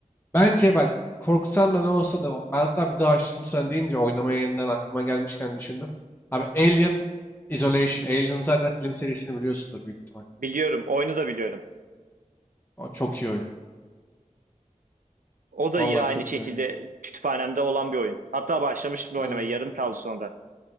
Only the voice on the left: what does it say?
Bence bak korksan da ne olsa da o- ben hatta bir daha şimdi sen deyince oynamaya yeniden aklıma gelmişken düşündüm. Abi Alien Isolation. Alien zaten film serisini biliyorsundur büyük ihtimal.
O çok iyi oyun.
Vallahi
çok
iyi oyun.
Abi